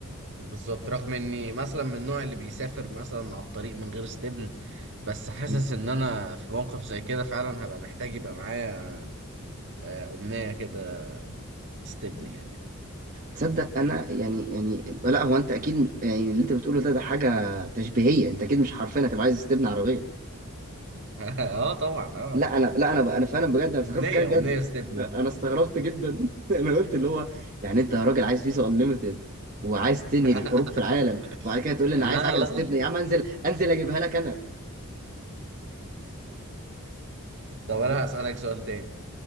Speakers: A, on the right; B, on the right.
A: بالظبط رغم اني مثلا من النوع اللي بيسافر مثلا على الطريق من غير استبن بس حاسس
B: م.
A: ان انا في موقف زي كده فعلا هبقى محتاج يبقى معايا آه، امنية كده استبن يعني
B: تصدق انا يعني يعني لا هو انت اكيد يعني اللي انت بتقوله ده ده حاجه تشبيهيه انت اكيد مش حرفيا هتبقى عايز تبني عربيه
A: <laughs> اه طبعا اه
B: لا انا لا انا انا فعلا بجد انا افتكرت
A: امنية
B: كان جد
A: امنية استبن
B: انا
A: بقى
B: استغربت جدا <laughs> انا قلت اللي هو يعني انت يا راجل عايز فيزا انليمتد وعايز تنهي
A: <laughs>
B: الحروب في العالم وبعد كده تقول لي
A: لا
B: انا عايز عجله
A: لا
B: استبنى يا عم انزل انزل اجيبها لك انا
A: <laughs> طب
B: فاهم
A: انا هسألك سؤال تاني